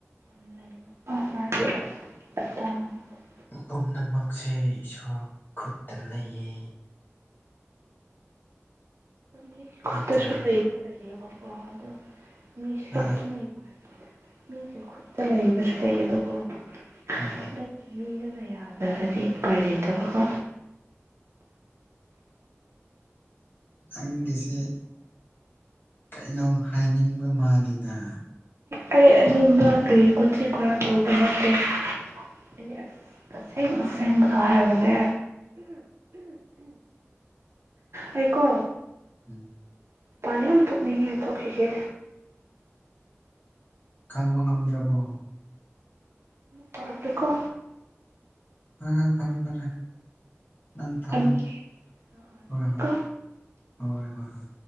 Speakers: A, on the right (about 65°); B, on the left (about 45°).
A: <unintelligible>
B: ꯄꯨꯝꯅꯃꯛꯁꯦ ꯏꯁꯣꯔ ꯈꯨꯠꯇ ꯂꯩꯌꯦ
A: ꯃꯤ ꯈꯨꯠꯇꯁꯨ
B: ꯅꯠꯇ꯭ꯔꯥ
A: ꯂꯩꯕ ꯂꯩꯌꯦꯕ ꯋꯥꯥꯗ ꯃꯤ ꯁꯇ
B: ꯍꯥ
A: ꯃ ꯃꯤꯁꯦ ꯈꯨꯠꯇ ꯂꯩꯕꯁꯨ ꯂꯩꯌꯦꯕꯀꯣ
B: ꯎꯝ
A: ꯑꯗꯨꯕꯨ ꯃꯤꯗꯨꯅ ꯌꯥꯗ꯭ꯔꯒꯗꯤ ꯎꯄꯥꯏ ꯂꯩꯇꯕꯀꯣ
B: ꯏꯪꯂꯤꯁꯦ ꯀꯩꯅꯣꯝ ꯍꯥꯏꯅꯤꯡꯕ ꯃꯥꯜꯂꯤꯗ
A: ꯑꯩ ꯑꯗꯨꯝꯕ ꯀꯔꯤ ꯀꯣꯆꯤ ꯀꯔꯥ ꯇꯧꯕ ꯅꯠꯇꯦ ꯑꯩ ꯑꯁꯦꯡ ꯑꯁꯦꯡꯕꯗꯣ ꯍꯥꯏꯔꯕꯅꯦ ꯑꯩꯀꯣ
B: ꯎꯝ
A: ꯅꯨꯄꯥꯥꯟ ꯌꯥꯝ ꯊꯣꯛꯅꯤꯡꯉꯦ ꯊꯣꯛꯈꯤꯒꯦ
B: ꯈꯪꯕ ꯉꯝꯗ꯭ꯔꯕꯣ
A: ꯇꯄꯦꯀꯣ
B: ꯍꯣꯏ ꯍꯣꯏ ꯐꯔꯦ ꯐꯔꯦ ꯅꯪ ꯊꯝꯃꯣ
A: ꯊꯝꯒꯦ ꯑꯥ ꯑꯥ
B: ꯍꯣꯏ
A: ꯊꯝꯃꯦꯀꯣ
B: ꯍꯣꯏ ꯍꯣꯏ ꯍꯣꯏ ꯍꯣꯏ